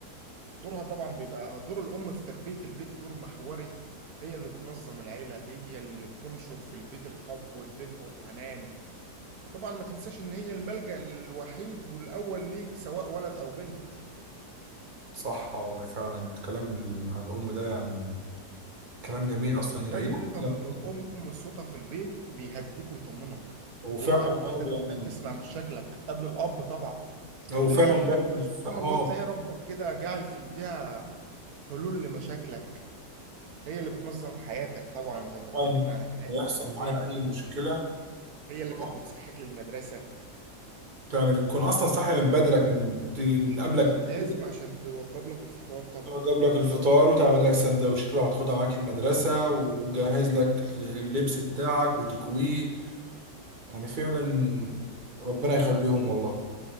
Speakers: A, on the right (about 65°); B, on the right (about 35°).
A: دورها طبعا بيبقى دور الام في تربيه البيت دور محوري هي اللي بتنظم العيله هي اللي بتنشر في البيت الحب والدفء والحنان وطبعا ما تنساش ان هي الملجأ الوحيد والاول ليك سواء ولد او بنت
B: صح والله فعلا الكلام ال- عن الأم ده يعني كلام جميل أصلا يريحك
A: لازم تفهم
B: كده في
A: ان الام
B: الكلام.
A: صوتها في البيت بيهديك ويطمنك
B: وفعلا
A: هي الوحيده
B: برضه
A: اللي بتلاقيها
B: يعني
A: بتسمع مشاكلها قبل الاب طبعا
B: أو
A: ولها
B: فعلا
A: حق
B: برضه
A: وسبحان
B: الصحاب
A: الله تلاقي ربك كده جعل في ايديها حلول لمشاكلك هي اللي بتنظم حياتك طبعا زي ما اتكلمنا
B: فعلا
A: عن الحياه
B: يحصل
A: المدرسيه
B: معايا
A: الام
B: أي مشكلة
A: هي اللي
B: آه،
A: كانت بتصحيك للمدرسه
B: تعمل يكون أصلا صاحي من بدرك من ت- من قبلك بكتير
A: لازم عشان توضب لك الفطار طبعا
B: تجيب لك الفطار وتعمل لك سندوتشات لو هتاخدها معاك المدرسة وجهز لك اللبس بتاعك وتكويه يعني فعلا ربنا يخليهم والله